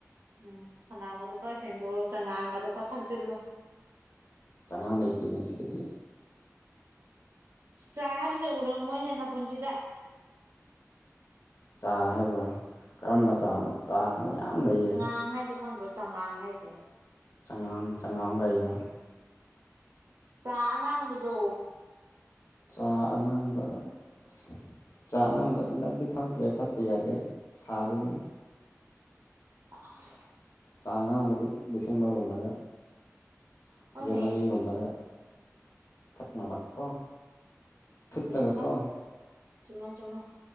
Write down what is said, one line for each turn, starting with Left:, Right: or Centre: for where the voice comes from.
Right: ꯎꯝ ꯈꯅꯥꯎꯒꯗꯣ ꯈꯔ ꯁꯦꯟꯗꯣ ꯆꯉꯥꯡꯒꯗꯣ ꯈꯔ ꯊꯛꯆꯤꯜꯂꯣ
Left: ꯆꯉꯥꯡ ꯂꯩꯇꯦꯅꯤ ꯁꯤꯗꯗꯤ
Right: ꯆꯥ ꯍꯥꯏꯕꯁꯦ ꯎꯔꯝꯃꯣꯏꯅꯦꯟꯅ ꯄꯨꯟꯁꯤꯗ
Left: ꯆꯥ ꯍꯥꯏꯕ꯭ꯔꯥ ꯀꯔꯝꯕ ꯆꯥꯅꯣ ꯆꯥꯁꯤ ꯃꯌꯥꯝ ꯂꯩꯌꯦ
Right: ꯑꯪ ꯍꯥꯏꯁꯦ ꯈꯪꯗ꯭ꯔꯣ ꯆꯉꯥꯡ ꯍꯥꯏꯁꯦ
Left: ꯆꯉꯥꯡ ꯆꯉꯥꯡ <unintelligible>
Right: ꯆꯥ ꯑꯉꯥꯡꯕꯗꯣ
Left: ꯆꯥ ꯑꯉꯥꯡꯕ ꯑꯁ ꯆꯥ ꯑꯉꯥꯡꯕ ꯍꯟꯗꯛꯇꯤ ꯊꯛꯇ꯭ꯔꯦ ꯊꯛꯄ ꯌꯥꯗꯦ ꯁꯥꯕꯅꯤꯅ
Right: ꯑꯁ
Left: ꯆꯥ ꯑꯉꯥꯡꯕꯗꯤ ꯗꯤꯁꯦꯝꯕꯔ ꯒꯨꯝꯕꯗ <unintelligible>
Right: ꯍꯣꯏꯅꯦ
Left: ꯒꯨꯝꯕꯗ ꯊꯛꯅꯕ ꯀꯣ ꯐꯨꯠꯂꯒꯀꯣ
Right: ꯆꯨꯝꯃꯦ ꯆꯨꯝꯃꯦ ꯆꯨꯝꯃꯦ ꯆꯨꯝꯃꯦ